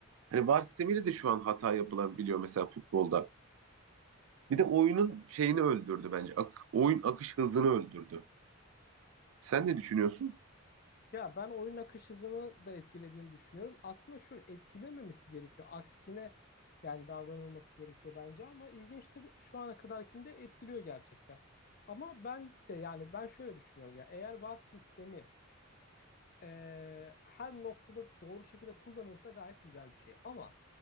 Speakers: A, on the right; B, on the left.
A: hani VAR sistemiyle de şu an hata yapılan biliyor mesela futbolda. Bir de oyunun şeyini öldürdü bence. Ak- oyun akış hızını öldürdü. Sen ne düşünüyorsun?
B: Ya ben oyun akış hızını da etkilediğini düşünüyorum. Aslında şöyle etkilememesi gerekiyor. Aksine yani davranılması gerekiyor bence ama ilginçtir şu ana kadarkinde etkiliyor gerçekten. Ama ben de yani ben şöyle düşünüyorum ya eğer VAR sistemi eee, her noktada doğru şekilde kullanılsa gayet güzel bir şey. Ama